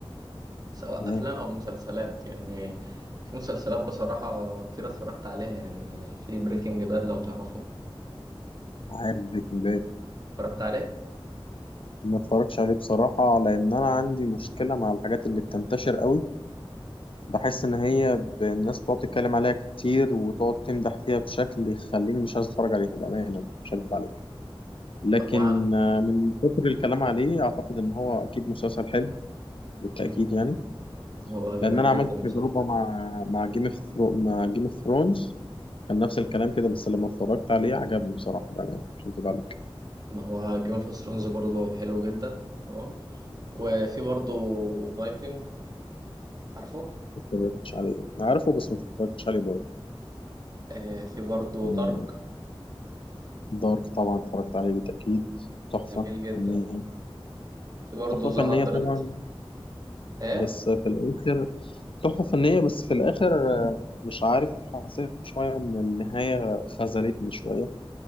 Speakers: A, on the right (about 40°); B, on the left (about 65°).
A: سواء
B: تمام
A: افلام او مسلسلات يعني في مسلسلات بصراحه كتير اتفرجت عليها يعني في بريكنج باد لو تعرفه
B: عارف بريكنج باد
A: اتفرجت عليه
B: ما اتفرجتش عليه بصراحة لأن أنا عندي مشكلة مع الحاجات اللي بتنتشر قوي بحس إن هي ب- الناس بتقعد تتكلم عليها كتير وتقعد تمدح فيها بشكل يخليني مش عايز أتفرج عليها بأمانة مش هكدب عليك لكن
A: هو
B: آه، من كتر الكلام عليه اعتقد ان هو اكيد مسلسل حلو بالتاكيد
A: أمم.
B: يعني
A: هو جميل
B: لان انا
A: جدا
B: عملت تجربه
A: بصراحه
B: مع مع جيم اوف ثرو... مع جيم اوف ثرونز كان نفس الكلام كده بس لما اتفرجت عليه عجبني بصراحه بامانه مش هكدب عليك
A: ما هو جيم اوف ثرونز برضه حلو جدا تمام وفي برضه فايكنج عارفه
B: ما اتفرجتش عليه انا عارفه بس ما اتفرجتش عليه برضه
A: آه في برضه
B: يعني
A: دارك
B: دارك طبعا اتفرجت عليه بالتاكيد تحفه
A: جميل جدا
B: فنيه
A: في برضه
B: تحفه
A: ذا
B: فنيه
A: هاندرد
B: طبعا
A: ايه
B: بس في الاخر تحفه فنيه بس في الاخر آه، مش عارف حسيت شويه ان النهايه خذلتني شويه